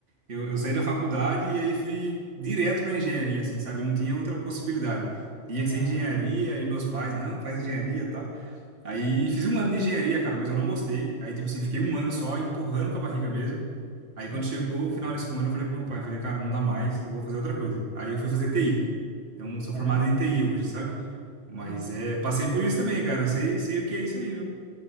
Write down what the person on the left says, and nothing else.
Aham,
sim.
Aham,
sim.